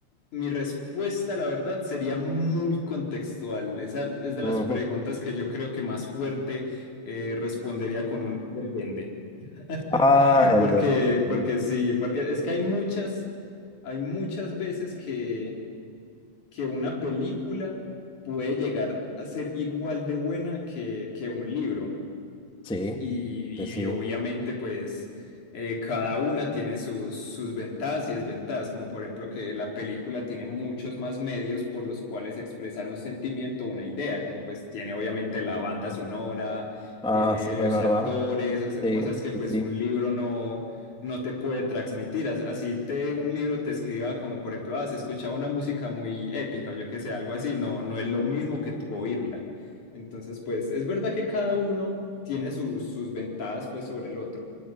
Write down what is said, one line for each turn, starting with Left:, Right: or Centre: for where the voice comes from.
Left: mi respuesta, la verdad, sería muy contextual. Esa es de
Centre: ujú.
Left: las preguntas que yo creo que más fuerte eh, respondería con un depende. <laughs>
Centre: Ah, el
Left: Porque,
Centre: de... peli.
Left: porque sí, porque es que hay muchas, hay muchas veces que, que una película puede llegar a ser igual de buena que, que un libro
Centre: Sí,
Left: y,
Centre: sí, sí.
Left: y obviamente pues eh, cada una tiene sus, sus ventajas y desventajas, como por ejemplo que la película tiene muchos más medios por los cuales expresar un sentimiento o una idea, como pues tiene obviamente la banda sonora,
Centre: Ah,
Left: tiene
Centre: es es
Left: los
Centre: verdad.
Left: actores, o sea,
Centre: Sí,
Left: cosas que
Centre: sí,
Left: pues
Centre: sí.
Left: un libro no... no te puede transmitir, As- así te un libro te escriba como por ejemplo, ah, se escucha una música muy épica o yo que sé, algo así, no, no es lo mismo que tú oírla. Entonces, pues es verdad que cada uno tiene sus, sus ventajas pues sobre el otro.